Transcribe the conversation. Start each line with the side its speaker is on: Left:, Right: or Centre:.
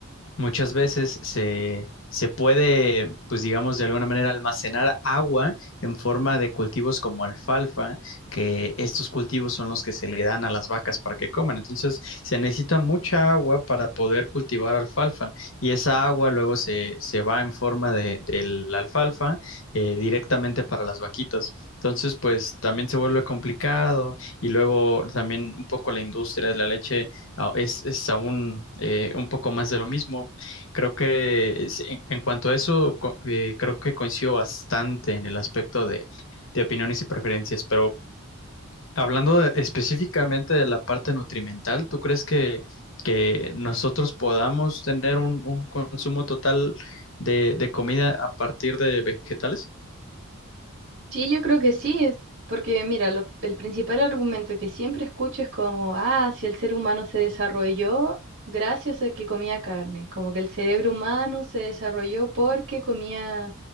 Left: Muchas veces se, se puede, pues digamos, de alguna manera almacenar agua en forma de cultivos como alfalfa, que estos cultivos son los que se le dan a las vacas para que coman. Entonces, se necesita mucha agua para poder cultivar alfalfa y esa agua luego se, se va en forma de, de la alfalfa eh, directamente para las vaquitas. Entonces, pues también se vuelve complicado y luego también un poco la industria de la leche Ah, Es, es aún eh, un poco más de lo mismo. Creo que es- en, en cuanto a eso, co- eh, creo que coincido bastante en el aspecto de, de opiniones y preferencias, pero hablando de- específicamente de la parte nutrimental, ¿tú crees que, que nosotros podamos tener un, un consumo total de, de comida a partir de vegetales?
Right: Sí, yo creo que sí, es- porque mira, lo- el principal argumento que siempre escucho es como, ah, si el ser humano se desarrolló gracias a que comía carne, como que el cerebro humano se desarrolló porque comía